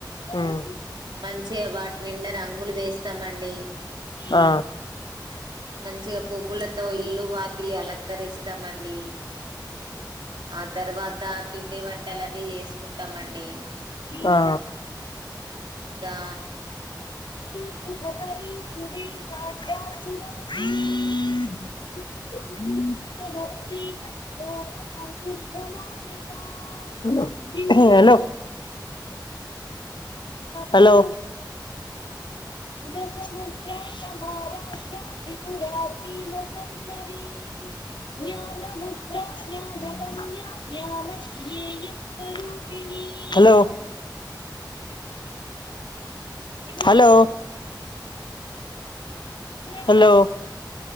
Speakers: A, on the left; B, on the right.
A: హ్మ్
B: మంచిగా వాటి నిండా రంగులు వేస్తమండి.
A: ఆ
B: మంచిగా పువ్వుల తో ఇల్లు వాకిలి అలంకరిస్తామండి ఆ తర్వా త పిండి వంటలు అది చేసుకుంటమండి
A: ఆ
B: ఇంకా
A: స సువజ జల ప్రీతంతోోభమాణ హలో ఏ హలో హలో జ సముద్రా సమా రాజ్యా త్రిపురా పీమ సందరీ జ్ఞాన ముద్రా జ్ఞానకం ్యా జ్ఞన జ్ఞేయ స్వూపిణీ హలో హలో హలో